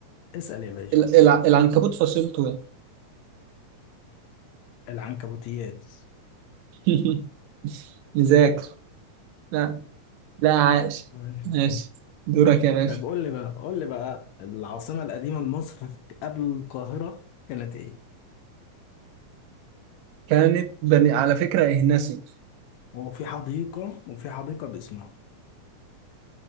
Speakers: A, on the left; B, on the right.
A: اسال يا باشا
B: ال- الع- العنكبوت فصيلته ايه؟
A: العنكبوتيات
B: <laughs> مذاكر لا لا عاش
A: <laughs>
B: ماشي دورك يا باشا
A: طب قول لي بقى قول لي بقى العاصمة القديمة لمصر قبل القاهرة كانت إيه؟
B: كانت بني على فكرة إهنسي
A: وفي حديقة وفي حديقة باسمها